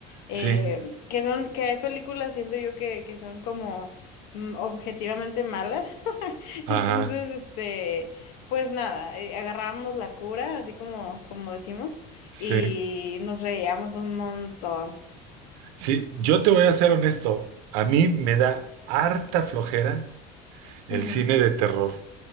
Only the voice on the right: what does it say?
sí,
ajá,
sí.
Sí, yo te voy a ser honesto, a mí me da harta flojera el
cine de terror,